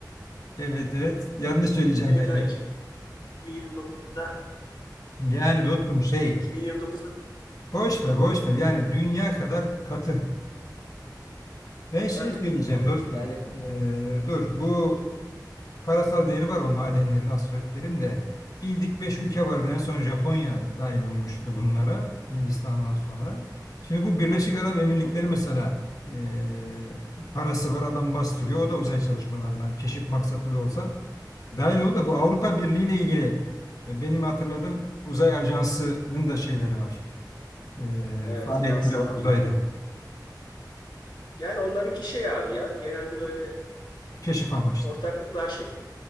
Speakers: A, on the left; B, on the left.
A: Evet evet. Yanlış söyleyeceğim
B: Amerika
A: bence.
B: 2029'da
A: Yani dostum şey
B: 2029'da
A: boş ver boş ver yani dünya kadar katı.
B: <laughs>
A: Ben şey
B: tabii.
A: söyleyeceğim
B: Evet
A: dostum
B: yani
A: Ee, dur bu parasal değeri var o madenlerin aspiratlerin de bildik 5 ülke vardı en son Japonya dahil olmuştu bunlara Hindistan'dan sonra. Şimdi bu Birleşik Arap Emirlikleri
B: hı hı,
A: mesela ee, parası var adam bastırıyor o da uzay çalışmalarına keşif maksatlı da olsa dahil oldu da bu Avrupa Birliği ile ilgili e, benim hatırladığım uzay ajansının da şeyleri var. e,
B: evet
A: faaliyetleri
B: EASA'nın.
A: var uzayda.
B: Yani onlarınki şey abi ya genelde böyle
A: Keşif amaçlı.
B: ortaklıklar şeklinde.